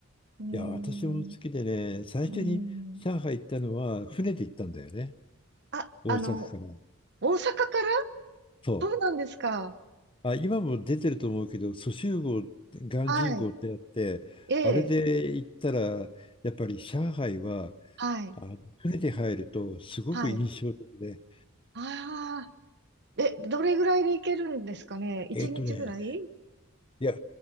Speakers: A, on the right (about 55°); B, on the left (about 25°).
A: うーん、
B: いや、私も好きでね、最初に上海行ったのは船で行ったんだよね。
A: うーん。あ、
B: 大阪から。
A: あの、大阪から
B: そう。
A: そうなんですか。
B: あ、今も出てると思うけど、蘇州号、鑑真号ってやって、
A: はい。ええ、
B: あれで行ったら、やっぱり上海は、
A: はい、
B: あの船で入るとすごく印象的で、
A: はい。ああ。え、どれぐらいで行けるんですかね ?1
B: えっとね、
A: 日ぐらい
B: いや、